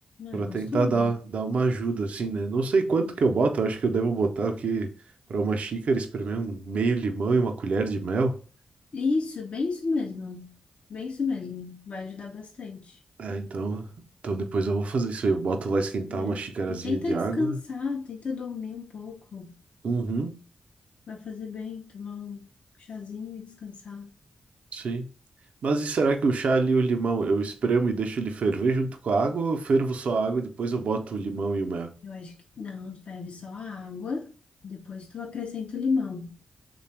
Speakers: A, on the left (about 60°); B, on the right (about 70°).
A: Ah,
B: Pra
A: é gostoso.
B: tentar dar, dar uma ajuda, assim, né? Não sei quanto que eu boto, acho que eu devo botar aqui pra uma xícara, espremer um meio limão e uma colher de mel.
A: Isso, bem isso mesmo. Bem isso mesmo. Vai ajudar bastante,
B: É, então, então depois eu vou fazer isso aí. Eu boto lá esquentar
A: né?
B: uma xicarazinha
A: E tenta
B: de água.
A: descansar, tenta dormir um pouco.
B: Uhum,
A: Vai fazer bem, tomar um chazinho e descansar.
B: sim. Mas e será que o chá ali, e o limão, eu espremo e deixo ele ferver junto com a água ou eu fervo só a água e depois eu boto o limão e o mel?
A: Eu acho que não, tu ferve só a água, depois tu acrescenta o limão.